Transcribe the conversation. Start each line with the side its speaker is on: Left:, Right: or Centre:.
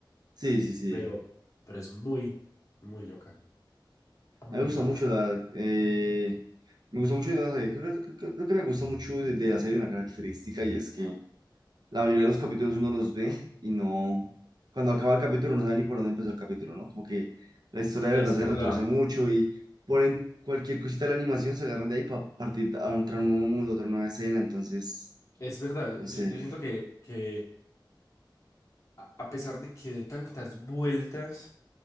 Right: sí, sí, sí.
Left: pero, pero es muy, muy loca, muy
Right: A mí me gusta
Left: loca.
Right: mucho, la verdad. eh, me gusta mucho, de la serie. Creo, que creo que- creo que me gusta mucho de, de la serie una característica y es que la mayoría de los capítulos uno los ve y no, cuando acaba el capítulo no sabe ni por dónde empezó el capítulo, ¿no? Como que la historia
Left: Es
Right: de verdad
Left: verdad,
Right: se retorce mucho y ponen cualquier cosita de la animación, se agarran de ahí para partir a otro nuevo mundo, otra nueva escena, entonces,
Left: es verdad. Yo,
Right: no
Left: yo-
Right: sé,
Left: yo siento que, que a a pesar de que dé tantas vueltas,